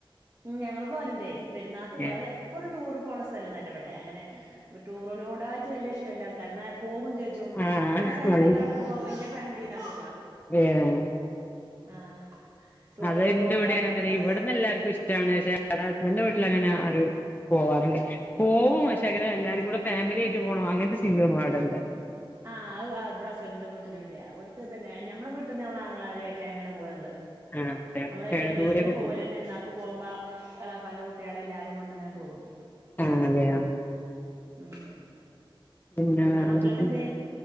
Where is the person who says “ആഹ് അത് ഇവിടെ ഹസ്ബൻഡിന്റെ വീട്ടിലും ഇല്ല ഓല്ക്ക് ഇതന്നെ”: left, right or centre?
Right